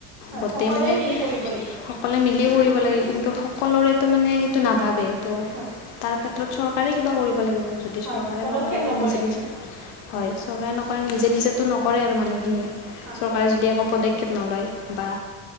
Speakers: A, on the right (about 60°); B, on the left (about 75°).
A: হয়
B: গোটেই
A: সকলোৱে
B: মানে
A: মিলি কৰিব লাগিব।
B: সকলে মিলি কৰিব লাগে কিন্তু সকলোৰেতো মানে সেইটো নাভাবে ত
A: হয়।
B: তাৰ ক্ষেত্ৰত চৰকাৰে কিবা কৰিব লাগিব যদি
A: হয়
B: চৰকাৰে
A: হয় পদক্ষেপ
B: নকৰে আৰু
A: ল'ব
B: নিজে
A: লাগে।
B: নিজে। হয় চৰকাৰে নকৰে নিজে নিজেতো নকৰে আৰু মানুহখিনিয়ে
A: হয়।
B: চৰকাৰে যদি একো পদক্ষেপ নলয়। বা